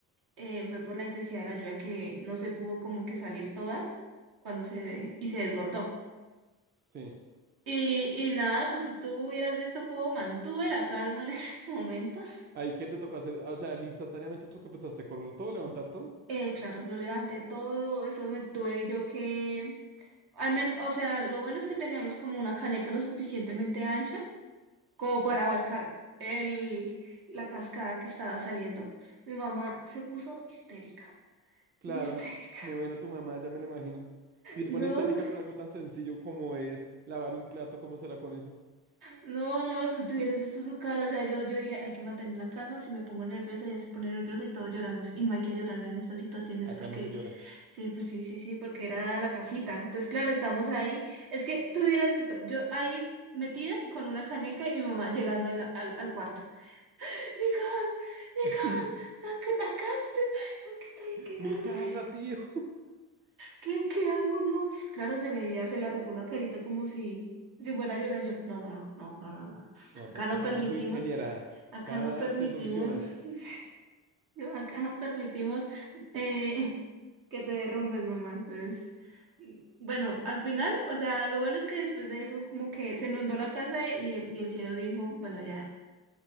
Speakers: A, on the right (about 70°); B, on the right (about 30°).
A: eh, fue por la intensidad de la lluvia que no se pudo como que salir toda cuando se, y se desbordó.
B: Sí.
A: Y, y nada, pues si tú hubieras visto cómo mantuve la calma en <laughs> esos momentos.
B: Ahí, ¿qué te tocó hacer? Ah, O sea, al instantáneamente tú que pensaste, correr todo, levantar todo.
A: Eh, claro, yo levanté todo, eso me tuve yo que, al menos, o sea, lo bueno es que teníamos como una caneca lo suficientemente ancha como para abarcar el, la cascada que estaba saliendo. Mi mamá se puso histérica,
B: Claro,
A: histérica.
B: me imagino
A: <laughs>
B: a tu mamá, ya me lo imagino. Si te
A: No,
B: pones histérica por algo tan sencillo como es lavar un plato, ¿cómo será con eso?
A: no, no, si tú hubieras visto su cara, o sea, yo, yo dije, hay que mantener la calma, si me pongo nerviosa, ella se pone nerviosa y todos lloramos, y no hay que llorar en estas situaciones
B: Acá
A: porque,
B: no se llora.
A: sí, pues sí, sí, sí, porque era la casita. Entonces, claro, estamos ahí, es que tú hubieras visto, yo ahí metida con una caneca y mi mamá llegando ahí la- al, al cuarto. Nicole, Nicole,
B: <laughs>
A: ac- nacaste, no, ¿qué estoy? ¿Qué
B: Mi
A: hago?
B: casa,
A: ¿Qué,
B: tío.
A: qué, qué hago? No. Claro, se le veía, se le arrugó la carita como si, si fuera a llorar yo. No, mamá, no, no, no, no. no.
B: No, acá,
A: Acá no
B: acá
A: permitimos,
B: yo soy ingeniera.
A: acá
B: Acá
A: no permitimos,
B: se soluciona.
A: <laughs> yo acá no permitimos eh, que te derrumbes, mamá. Entonces, bueno, al final, o sea, lo bueno es que después de eso como que se inundó la casa y el, y el cielo dijo, bueno, ya,